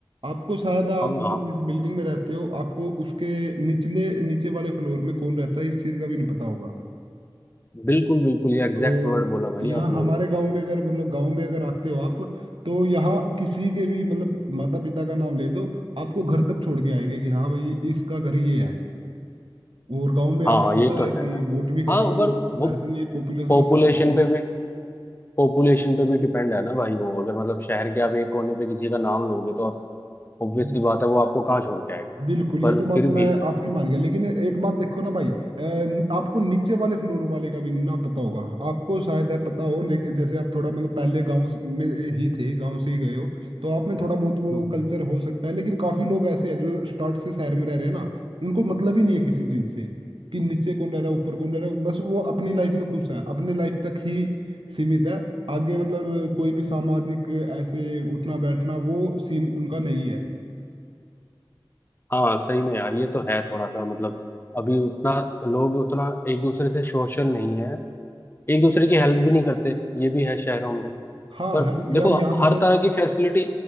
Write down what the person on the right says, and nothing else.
आपको शायद आप
मतलब जिस बिल्डिंग में रहते हो आपको उसके निचले नीचे वाले फ्लोर में कौन रहता है इस चीज का भी नहीं पता होगा
और
यहाँ
हमारे
गांव में अगर मतलब गांव में अगर आते हो आप तो यहाँ किसी के भी मतलब माता पिता का नाम ले दो आपको घर तक छोड़ के आएंगे कि हाँ भाई इसका घर ये है और गांव में
आपको
पता
है कि
वोट भी काफी
मतलब
ऐसे नहीं है, पॉपुलेशन
कम होती
है
बिल्कुल
ये तो बात
मैं आपकी मान गया लेकिन एक बात देखो ना भाई अ, आपको नीचे वाले फ्लोर वाले का भी ना पता होगा आपको शायद है पता हो लेकिन जैसे आप थोड़ा मतलब पहले गांव स- में ही थे गांव से ही गए हो तो आप में थोड़ा बहुत वो
कल्चर
हो सकता है लेकिन काफी लोग ऐसे हैं जो स्टार्ट से शहर में रह रहे हैं ना उनको मतलब ही नहीं है किसी चीज से कि नीचे कौन रह रहा है ऊपर कौन रह रहा है बस वो अपनी लाइफ में खुश है अपने लाइफ तक ही सीमित है आगे मतलब कोई भी सामाजिक ऐसे उठना बैठना वो सीन उनका नहीं है
हाँ
हेल्प
यार यहाँ पे
तो